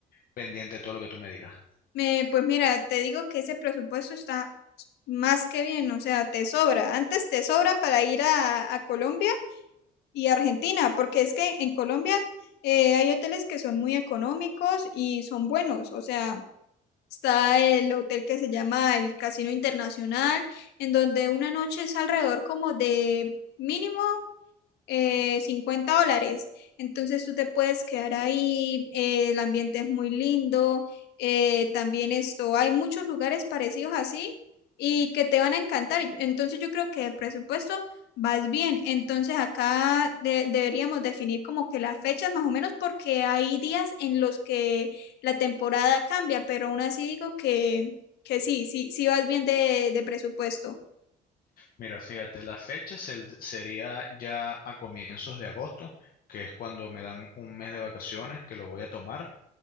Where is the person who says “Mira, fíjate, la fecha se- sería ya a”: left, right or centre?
Left